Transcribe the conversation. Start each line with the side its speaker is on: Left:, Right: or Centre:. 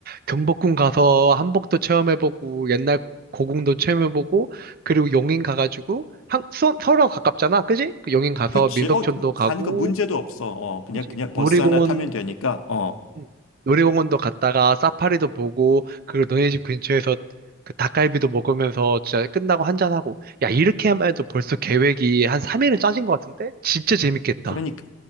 Right: 경복궁 가서 한복도 체험해보고 옛날 고궁도 체험해보고 그리고 용인 가가지고 한, 수, 서울하고 가깝잖아, 그지? 그 용인 가서
Left: 그치?
Right: 민속촌도
Left: 어,
Right: 가고,
Left: 가는 거 문제도 없어. 어, 그냥
Right: 그지?
Left: 그냥
Right: 놀이공원
Left: 버스 하나 타면 되니까. 어.
Right: 음. 놀이공원도 갔다가 사파리도 보고 그리고 너네 집 근처에서 그 닭갈비도 먹으면서 진짜 끝나고 한잔하고 야 이렇게 하면 해도 벌써 계획이 한 3일은 짜진 것 같은데? 진짜 재밌겠다.
Left: 그러니까